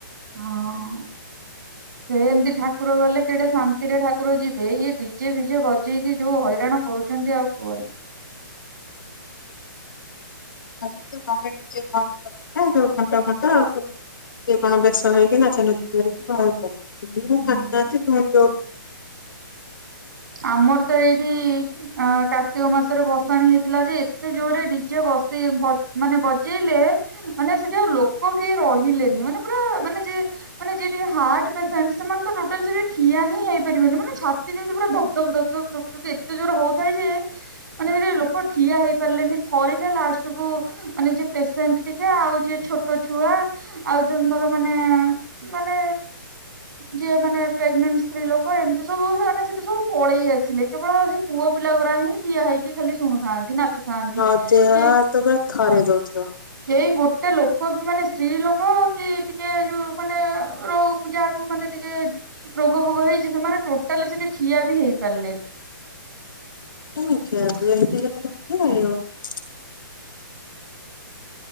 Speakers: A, on the right; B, on the left.
A: ହଁ। ସେ ଏମିତି ଠାକୁର ଗଲେ କେଡେ ଶାନ୍ତି, ରେ ଠାକୁର ଯିବେ ଇଏ ଡିଜେ ଭିଜେ ବଜେଇକି ଯୋଉ ହଇରାଣ କରୁ କରୁଛନ୍ତି ଆଉ କୁହନ
B: ଆଜିିତ ମଙ୍ଗଡିଦ <unintelligible> ସଏ କଣ ବେଶ ହେଇକି ନାଚ ନଚ କରିକି ଭହାର କଲେ
A: ହୁଁ।
B: ଭଉି
A: ଆମର ତ ଏଇଠି ଅ କାର୍ତ୍ତିକ ମାସରେ ଭସାଣି ହେଇଥିଲା। ଯେ, ଏତେ ଜୋରେ ଡିଜେ ବକ୍ସ୍ ସେ ମାନେ ବଜେଇଲେ ମାନେ ସେଠି ଆଉ ଲୋକ କେହି ରହିଲେନି, ମାନେ ପୁରା ମାନେ ଯେ ମାନେ ଯି ହାର୍ଟ ପେସେଣ୍ଟ ସେମାନେ ତ ଟୋଟାଳି ଠିଆ ହିଁ ହେଇପାରିବନି ମାନେ ଛାତି ଯେମତି ପୁରାଧକ୍ ଧ ଧକ, ଧକ, ଧକ, ଧକ, ଧକ ଏତେ ଜୋର ହଉଥାଏ, ଯେ ମାନେ ସେଠି ଲୋକ ଠିଆ ହେଇପାରିଲେନି, ଥରିଲେ ଲାଷ୍ଟକୁୁ ମାନେ ଯ ପେସେଣ୍ଟ ଟିକେ ଆଉ ଯଏ ଛୋଟ ଛୁଆ, ଆଉ ଯୋଉ ଧର ମାନେ ମାନେ ଯିଏ ମାନେ ପ୍ରେଗନଟ ସ୍ତ୍ରୀ ଏମତି ସବ ସେ ପଳେଇ ଆସିଲେ, କେବଳ ସେ ପୁଅ ପିଲା ଗୁଡା ହିଁ ଠିଆ ହେଇକି ଖାଲି ଶୁଣୁଥାନ୍ତି, ନାଚୁଥାନନ୍ତି ଥାନ୍ତି
B: ହଁ ଦେହ
A: କି
B: ହାତ ପୁରା ଥରେଇ ଦଉଥିବ।
A: କେଇ ଗୋଟେ ଗେ ଲୋକ ବି ମାନେ ସ୍ତ୍ରୀ ଲୋକ କି ଟିକେ ଯୋଉ ମାନେ ର ଯାହାକୁ ମାନେ ଟିକେ ରୋଗ ଭୋଗ ହେଇଛି, ସେମାନେ ଟୋଟାଲି ସେଠି ଠିଆ ବି ହେଇପାରିଲେନି।
B: ନିଛ <unintelligible>